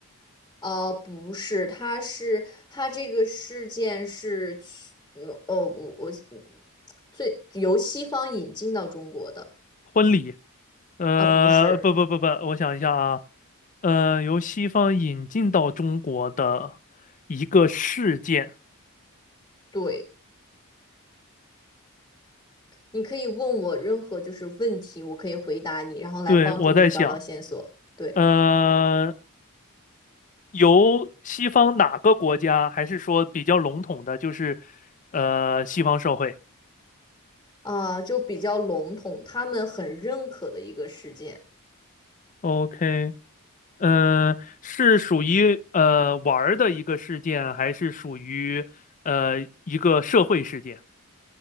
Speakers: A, on the left; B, on the left.
A: 呃，不是，它是它这个事件是去，嗯呃，我我嗯最由西方引进到中国的，
B: 婚礼。呃，
A: 啊、不是，
B: 不不不不，我想一下啊，呃，由西方引进到中国的一个事件，
A: 对，你可以问我任何就是问题，我可以回答你，然后来帮助你找到线索，
B: 对，我在想，
A: 对，
B: 呃，由西方哪个国家，还是说比较笼统的，就是呃，西方社会
A: 啊、就比较笼统，他们很认可的一个事件。
B: ？OK，嗯、是属于呃玩儿的一个事件，还是属于呃一个社会事件？